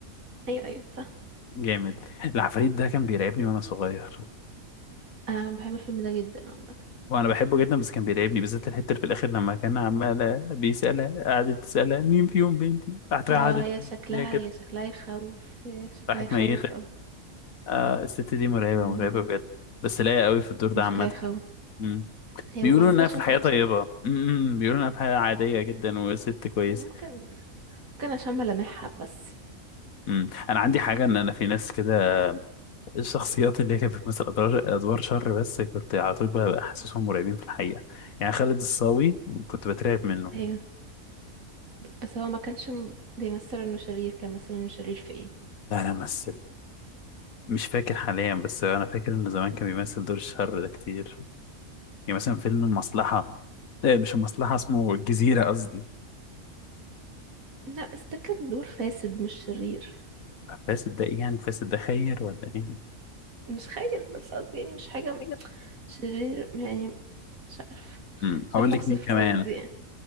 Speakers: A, on the right; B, on the left.
A: ايوه ايوه صح
B: جامد العفاريت ده كان بيرعبني وانا صغير
A: انا بحب الفيلم ده جدا عامة
B: وانا بحبه جدا بس كان بيرعبني بالذات الحته اللي في الاخر لما كان عمال بيسالها قعدت تسالها مين فيهم بنتي راحت رايحة
A: اه
B: قعدت
A: هي شكلها
B: زي كده
A: هي شكلها يخوف هي شكلها
B: راحت
A: يخوف
B: ميته
A: اوي
B: آه الست دي مرعبه
A: امم
B: مرعبه بجد بس لايقه قوي في الدور ده
A: هي شكلها
B: عامه
A: يخوف
B: مم.
A: هي
B: بيقولوا
A: ممثلة
B: انها
A: شاطرة
B: في الحياه
A: بصراحة
B: طيبه مم، بيقولوا انها في الحياه عاديه جدا وست كويسه
A: هي ممكن ممكن عشان ملامحها بس
B: امم انا عندي حاجه ان انا في ناس كده الشخصيات اللي هي كانت بتمثل ادوار ادوار شر بس كنت على طول بقى حاسسهم مرعبين في الحقيقه يعني خالد الصاوي كنت بترعب منه
A: ايوه بس هو ما كانش م- بيمثل انه شرير كان مثلا انه شرير في ايه
B: لا لا مثل مش فاكر حاليا بس انا فاكر انه زمان كان بيمثل دور الشر ده كتير يعني مثلا فيلم المصلحه إيه مش المصلحه اسمه الجزيره قصدي
A: لا بس ده كان دور فاسد مش شرير
B: فاسد ده ايه يعني فاسد ده خير ولا ايه
A: مش خير بس قصدي يعني مش حاجة م-
B: حاجة
A: شرير يعني مش عارف
B: امم
A: مش
B: هقول
A: عارفة
B: لك
A: اوصف
B: مين كمان
A: قصدي يعني.